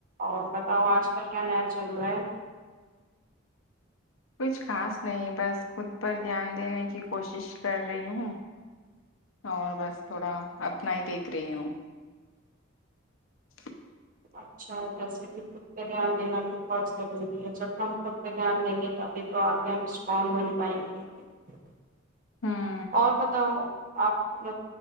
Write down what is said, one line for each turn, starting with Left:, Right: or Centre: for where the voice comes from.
Right: اور بتاؤ آج کل <unintelligible> کیا مع چل رہا ہے <inaudible>
Left: کچھ خاص نہیں بس خود پر دھیان دینے کی کوشش کر رہی ہوں اور بس تھوڑا اپنا ہی دیکھ رہی ہوں <unintelligible>
Right: اچھا ایسے بھی خود پہ دھیان دینا بھی بہت ضروری ہے جب ہم خود پہ دھیان دیں گے تبھی تو آگے ہم اسٹرانگ بن پائیں گے <inaudible>
Left: ہاں <inaudible>
Right: اور بتاؤ آپ